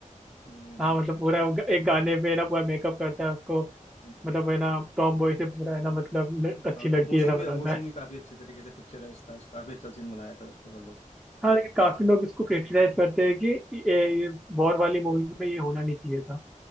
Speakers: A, on the left; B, in the centre.
A: हम्म,
B: हाँ मतलब पूरा वो ग- एक गाने पे ना पूरा मेकअप करता है उसको
A: हम्म।
B: मतलब है ना टॉम बॉय से पूरा है ना मतलब ल- अच्छी
A: हाँ,
B: लड़की
A: वो सीन
B: ऐसा बनाता
A: भी वो सीन
B: है
A: भी काफी अच्छे तरीके से पिक्चराइज था काफी अच्छा सीन बनाया था उसको मतलब
B: हाँ लेकिन काफी लोग इसको क्रिटिसाइज करते हैं कि ये, ये वॉर वाली मूवी में ये होना नहीं चाहिए था